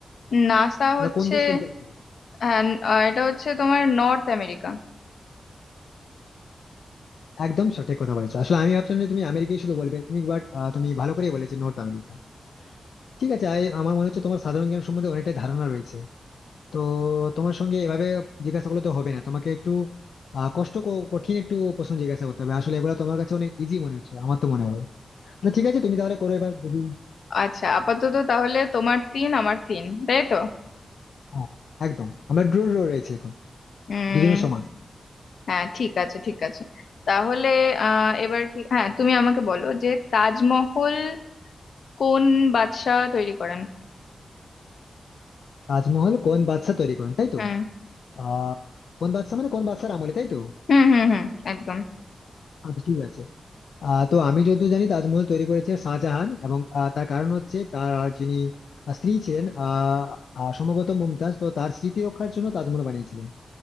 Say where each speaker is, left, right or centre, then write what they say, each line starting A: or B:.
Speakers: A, on the left (about 70°); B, on the left (about 85°).
A: নাসা
B: ওটা
A: হচ্ছে
B: কোন দেশ পরিচালিত করে?
A: হ্যাঁ আহ, এটা হচ্ছে তোমার নর্থ আমেরিকা
B: একদম সঠিক কথা বলেছো আসলে আমি ভাবছিলাম যে তুমি আমেরিকাই শুধু বলবে তুমি বাট তুমি ভালো করেই বলেছো নর্থ আমেরিকা ঠিক আছে আই- আমার মনে হচ্ছে তোমার সাধারণ জ্ঞান সম্বন্ধে অনেকটাই ধারণা রয়েছে তো তোমার সঙ্গে এভাবে জিজ্ঞাসা করলে তো হবে না তোমাকে একটু আহ, কষ্ট ক- কঠিন একটু প্রশ্ন জিজ্ঞাসা করতে হবে আসলে এগুলো তোমার কাছে অনেক ইজি মনে হচ্ছে আমার তো মনে হয় না ঠিক আছে তুমি তাহলে করো এবার দেখি
A: আচ্ছা আপাতত তাহলে তোমার তিন আমার তিন তাই তো
B: হ্যাঁ, একদম আমরা ড্র ড্র রয়েছে এখন
A: উম
B: দুজনের সমান
A: হ্যাঁ ঠিক আছে ঠিক আছে তাহলে আহ এবার কি হ্যাঁ তুমি আমাকে বলো যে তাজমহল কোন বাদশাহ তৈরি করেন
B: তাজমহল কোন বাদশা তৈরি করেন তাই তো
A: হুম
B: আহ কোন বাদশা মানে কোন বাদশার আমলে তাই তো
A: হুম হুম হুম একদম
B: আচ্ছা ঠিক আছে আহ তো আমি যতদূর জানি তাজমহল তৈরি করেছে শাহজাহান এবং আহ, তার কারণ হচ্ছে তার যিনি স্ত্রী ছিলেন আহ আহ, সম্ভবত মুমতাজ তো তার স্মৃতি রক্ষার জন্য তাজমহল বানিয়েছিলেন